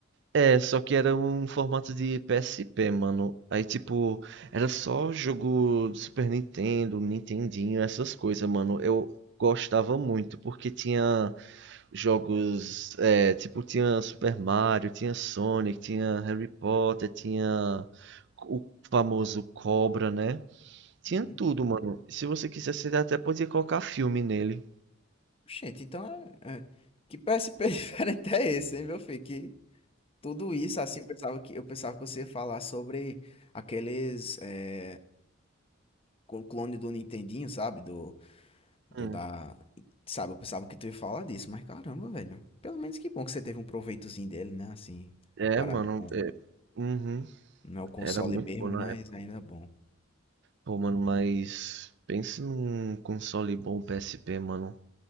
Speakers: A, on the right (about 60°); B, on the left (about 30°).
A: É, só que era um formato de PSP, mano. Aí, tipo, era só jogo do Super Nintendo, Nintendinho, essas coisas, mano. Eu gostava muito, porque tinha jogos, é, tipo, tinha Super Mario, tinha Sonic, tinha Harry Potter, tinha o famoso Cobra, né? Tinha
B: Uhum.
A: tudo, mano. Se você quisesse, ele até podia colocar filme nele.
B: Gente, então é, é- Que P S P <laughs> diferente é esse, hein, meu filho? Que tudo isso, assim, eu pensava que, eu pensava que você ia falar sobre aqueles. É, clone do Nintendinho, sabe? Do. Do
A: Uhum.
B: da. Sabe, eu pensava que tu ia falar disso, mas caramba, velho. Pelo menos que bom que você teve um proveitozinho dele, né? Assim,
A: É,
B: comparado
A: mano.
B: com.
A: É, uhum.
B: Não é o console
A: Era muito
B: mesmo,
A: bom na
B: mas
A: época.
B: ainda é bom.
A: Pô, mano, mas pense num console bom PSP, mano.